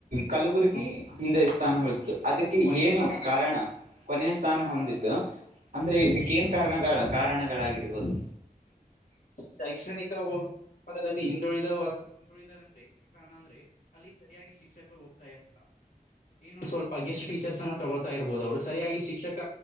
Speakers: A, on the right (about 90°); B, on the left (about 75°).
A: ಕಲಬುರಗಿ
B: ಪರೀಕ್ಷೆ
A: ಹಿಂದೆ ಸ್ಥಾನ ಹ ಅದಕ್ಕೆ
B: ಕೊನೆಯ
A: ಏನು
B: ಸ್ಥಾನ
A: ಕಾರಣ ಕೊನೆಯ ಸ್ಥಾನ ಹೊಂದಿದ್ದು ಅಂದ್ರೆ ಇದಕ್ಕ ಏನ್ ಕಾರಣಗಳ ಕಾರಣಗಳಾಗಿರ್ಬೋದು
B: ಶೈಕ್ಷಣಿಕದದಲ್ಲಿ ಹಿಂದುಳಿದ ವರ್ ಹಿಂದುಳಿದ ಕಾರಣ ಅಂದ್ರೆ ಅಲ್ಲಿ ಸರಿಯಾಗಿ ಶಿಕ್ಷಕರು ಹೋಗ್ತಾ ಇಲ್ಲ ಏನು ಸ್ವಲ್ಪ ಗೆ ಷ್ಟು ಟೀಚರ್ಸ್ ಅನ್ನು ತಗೊಳ್ತಾ ಇರ್ಬೋುದು ಅವ್ರು ಸರಿಯಾಗಿ ಶಿಕ್ಷಕ